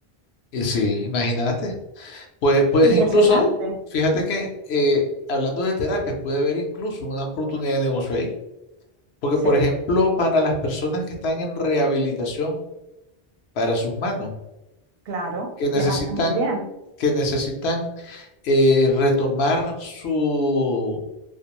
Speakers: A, on the left; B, on the right.
A: y sí, imagínate. Puede- puedes
B: Impresionante.
A: incluso, fíjate que eh, hablando de terapias, puede haber incluso una oportunidad de negocio ahí. Porque,
B: Sí,
A: por ejemplo, para las personas que están en rehabilitación para sus manos,
B: claro,
A: que necesitan,
B: les hace muy bien.
A: que necesitan eh, retomar su